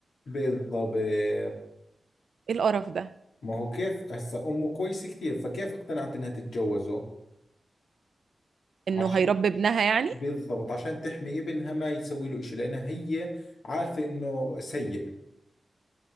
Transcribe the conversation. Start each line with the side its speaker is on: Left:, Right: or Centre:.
Left: بالضبط
Right: ايه القرف ده
Left: ما هو كيف هسا امه كويسة كثير فكيف اقتنعت انها تتجوزه
Right: انه
Left: عشان
Right: هيربي ابنها يعني
Left: بالضبط عشان تحمي ابنها ما يسوي له اشي لانها هي عارفة انه سيء